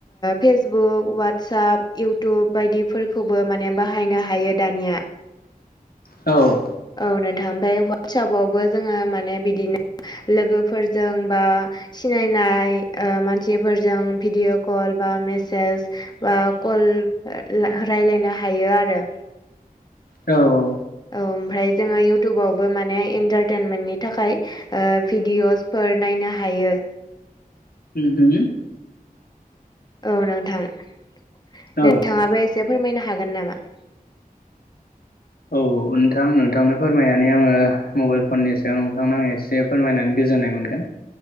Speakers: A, on the left; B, on the left.
A: फेसबुक वाटसप इउटुब बायदिफोरखौ बो माने बाहायनो हायो दानिया।
B: औ
A: औ नोंथां ओमफफ्राय वाटसपआवबो जोङो माने बिदिनो लोगोफोरजों बा सिनायनाय मानसिफोरजों भिडिअ कल बा मेसेज बा कल रायलायनो हायो आरो।
B: औ।
A: औ ओमफ्राय जोङो इउटुबावबो माने एन्टारटेनमेन्टनि थाखाय। भिडिअसफोर नायनो हायो।
B: <unintelligible>
A: औ नोंथां नोंथांङाबो
B: औ
A: एसे फोरमायनो हागोन नामा?
B: औ नोंथां नोंथांनो फोरमायनानै आङो मबाइल फननि सायाव नोंथांनो आं एसे फोरमायनानै गोजोननाय मोनगोन।